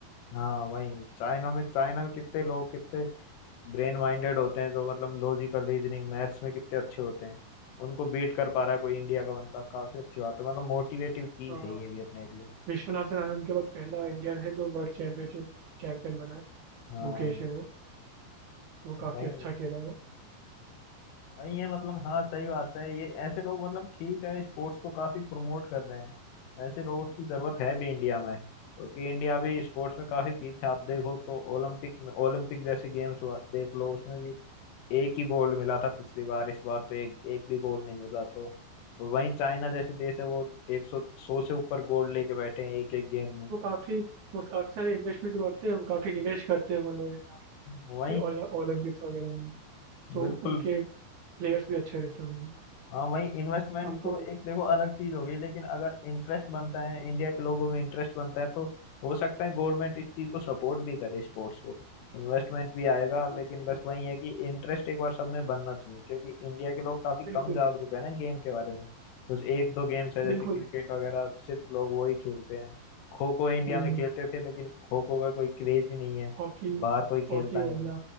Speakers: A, on the left; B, on the right.
A: हाँ वही चाइना में चाइना में कितने लोग कितने ब्रेन माइंडेड होते हैं जो मतलब लॉजिकल रीजनिंग मैथ्स में कितने अच्छे होते हैं उनको बीट कर पा रहा है कोई इंडिया का बंदा काफी अच्छी बात है मतलब मोटिवेटिव चीज
B: हाँ
A: है ये भी अपने लिए
B: विश्वनाथन आनंद के बाद पहला इंडियन है जो वर्ल्ड चैंपियनशिप चैंपियन बना है
A: हाँ
B: गुकेश है वो तो वो काफ़ी
A: वही
B: अच्छा खेला है वो
A: भाई ये मतलब हाँ सही बात है ये ऐसे लोग मतलब ठीक है स्पोर्ट्स को काफी प्रमोट कर रहे हैं ऐसे लोगों की जरूरत है भी इंडिया में क्योंकि इंडिया भी स्पोर्ट्स में काफी पीछे आप देखो तो ओलंपिक में ओलंपिक जैसे गेम्स देख लो उसमें भी एक ही गोल्ड मिला था पिछली बार इस बार तो एक एक भी गोल्ड नहीं मिला तो और वहीं चाइना जैसे देश है वो एक सौ सौ से ऊपर गोल्ड लेके बैठे हैं एक एक गेम में
B: वो काफ़ी वो काफ़ी सारे इन्वेस्टमेंट करते हैं वो काफ़ी निवेश करते हैं वो लोग है ना
A: वहीं
B: ये ओल- ओलंपिक्स वगैरह में तो
A: बिल्कुल
B: उनके प्लेयर्स भी अच्छे रहते हैं उनमें
A: हाँ वही इन्वेस्टमेंट
B: हमको
A: तो एक देखो अलग चीज होगी लेकिन अगर इंटरेस्ट बनता है इंडिया के लोगों में इंटरेस्ट बनता है तो हो सकता है गवर्नमेंट इस चीज को सपोर्ट भी करे स्पोर्ट्स को इन्वेस्टमेंट भी आएगा
B: हाँ
A: लेकिन
B: बिल्कुल
A: बस वही है कि इंटरेस्ट एक बार सब में बनना चाहिए क्योंकि इंडिया के लोग काफी कम
B: बिल्कुल
A: जागरूक है ना गेम के बारे में तो एक दो गेम्स है जैसे
B: बिल्कुल
A: क्रिकेट वगैरह सिर्फ लोग वो ही खेलते हैं खो खो इंडिया
B: हम्म
A: में खेलते थे लेकिन खो खो का कोई क्रेज ही नहीं है
B: हॉकी
A: बाहर कोई खेलता
B: हॉकी हो
A: नहीं
B: गया
A: है